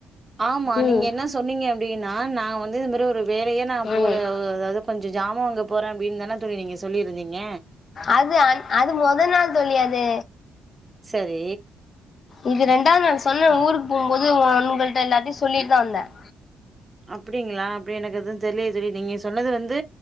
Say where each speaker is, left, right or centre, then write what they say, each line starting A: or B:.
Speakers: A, on the right (about 25°); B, on the left (about 50°).
A: ஆமா
B: ம்
A: நீங்க என்ன சொன்னீங்க அப்டின்னா நா வந்து இது மாரி ஒரு வேலையா நா
B: ம்
A: போற அதாது கொஞ்ச ஜாமா வாங்க போற அப்டின்னு தான தோழி நீங்க சொல்லிருந்தீங்க
B: அது அன் அது மொத நாள் தோழி அது
A: சரி
B: இது ரெண்டாவது நாள் சொன்ன ஊருக்கு போம்போது உன் உங்கள்ட்ட எல்லாத்தையு சொல்லிட்டு தா வந்த <unintelligible>
A: அப்டிங்களா அப்டி எனக்கு எது தெரிலயே தோழி நீங்க சொன்னது வந்து